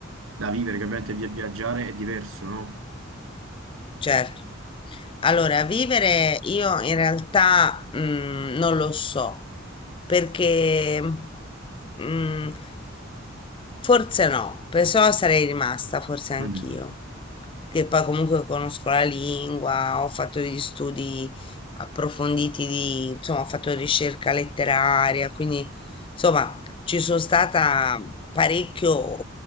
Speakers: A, on the right; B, on the left.
A: da vivere, che ovviamente via- viaggiare è diverso, no?
B: certo. Allora, vivere io in realtà mm, non lo so perché mm, Forse no, perciò sarei rimasta, forse anch'io,
A: Mm.
B: perché poi comunque conosco la lingua, ho fatto degli studi approfonditi di, insomma, ho fatto ricerca letteraria, quindi insomma ci sono stata parecchio